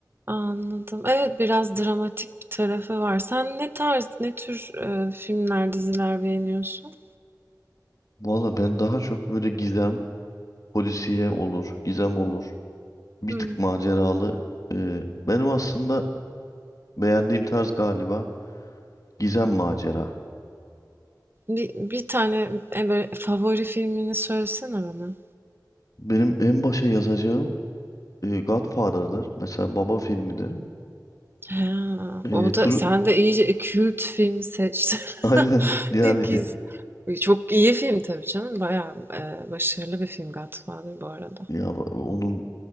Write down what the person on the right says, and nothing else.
anladım. Evet biraz dramatik bir tarafı var. Sen ne tarz, ne tür e, filmler, diziler beğeniyorsun?
Hmm.
Bir, bir tane e, böyle favori filmini söylesene bana.
Ha,
o da
sen de iyice kült film seçtin. <laughs>
Ne güzel.
Çok iyi film tabii canım. Bayağı e, başarılı bir film Godfather bu arada.